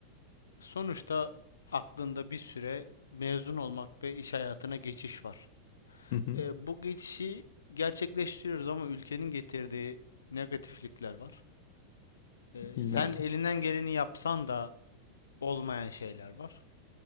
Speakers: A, on the left; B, on the left.
A: sonuçta aklında bir süre mezun olmak ve iş hayatına geçiş var.
B: Hı hı,
A: E, bu geçişi gerçekleştiriyoruz ama ülkenin getirdiği negatiflikler var. E,
B: illaki.
A: sen elinden geleni yapsan da olmayan şeyler var.